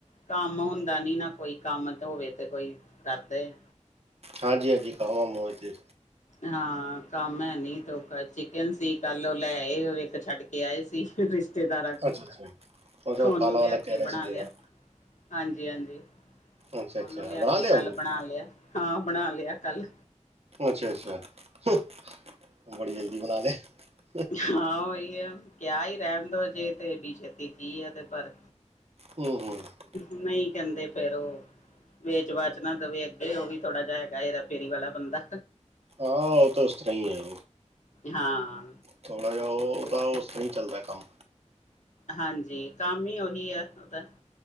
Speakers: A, on the left; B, on the right.
A: ਕੰਮ ਹੁੰਦਾ ਨੀ ਨਾ ਕੋਈ, ਕੰਮ ਤੇ ਹੋਵੇ ਤੇ ਕੋਈ ਕਰ ਦਏ।
B: ਹਾਂਜੀ ਹਾਂਜੀ ਕਾਵਾਂ ਮੋ ਇੱਥੇ
A: ਹਾਂ ਕੰਮ ਹੈ ਨੀ ਤੋ ਚਿਕਨ ਸੀ, ਕੱਲ ਉਹ ਲੈ ਆਏ ਔਰ ਇੱਕ ਛੱਡ ਕੇ ਆਏ ਸੀ। ਰਿਸ਼ਤੇਦਾਰਾਂ ਕੋ,
B: ਅੱਛਾ ਅੱਛਾ ਅੱਛਾ ਉਹ
A: ਉਹਨੂੰ
B: ਕਾਲਾ
A: ਲਿਆ
B: ਵਾਲਾ
A: ਕੇ
B: ਕਹਿ ਰਿਹਾ
A: ਬਣਾ
B: ਸੀ ਜਿਹੜਾ
A: ਲਿਆ। ਹਾਂਜੀ, ਹਾਂਜੀ।
B: ਅੱਛਾ
A: ਉਹਨੂੰ
B: ਅੱਛਾ
A: ਲਿਆ
B: ਬਣਾ
A: ਕੇ ਕੱਲ
B: ਉਹਨੂੰ
A: ਬਣਾ ਲਿਆ, ਹਾਂ ਬਣਾ ਲਿਆ ਕੱਲ।
B: ਅੱਛਾ ਅੱਛਾ। ਹ ਬੜੀ ਜਲਦੀ ਬਣਾ ਲਿਆ।
A: ਹਾਂ ਉਈ ਐ, ਕਿਆ ਈ ਰਹਿਣ ਦੋ ਅਜੇ ਤੇ ਏਡੀ ਛੇਤੀ ਕੀ ਆ ਤੇ ਪਰ
B: ਹੂੰ ਹੂੰ ਹਾਂ
A: ਨਹੀਂ ਕੈਂਦੇ ਫੇਰ ਓਹ ਵੇਚ ਵਾਚ ਨਾ ਦਵੇ ਅੱਗੇ, ਉਹ ਵੀ ਥੋੜਾ ਜਾ ਹੈਗਾ ਹੇਰਾ ਫੇਰੀ ਵਾਲਾ ਬੰਦਾ।
B: ਹਾਂ ਓਹ ਤਾਂ ਉਸ ਤਰ੍ਹਾਂ ਈ ਆਂ।
A: ਹਾਂ।
B: ਥੋੜਾ ਜਿਹਾ ਓਹ ਓਦਾ ਓਸ ਤਰ੍ਹਾਂ ਈ ਚੱਲਦਾ ਐ ਕੰਮ।
A: ਹਾਂਜੀ ਕੰਮ ਈ ਓਹੀ ਆ ਓਦਾ।